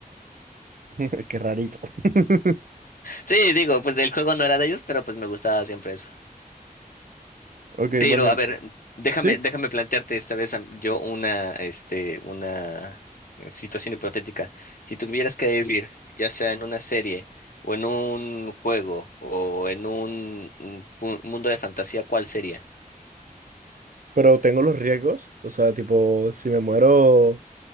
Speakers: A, on the right (about 65°); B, on the left (about 65°).
A: <laughs> Qué rarito. <laughs>
B: Sí, digo, pues el juego no era de ellos, pero pues me gustaba siempre eso.
A: Ok,
B: Pero
A: bueno,
B: a ver, déjame,
A: sí,
B: déjame plantearte esta vez am- yo una, este, una eh, situación hipotética. Si tuvieras que Sí. vivir, ya sea en una serie o en un juego o en un, un fu- mundo de fantasía, ¿cuál sería?
A: pero tengo los riesgos, o sea, tipo, si me muero,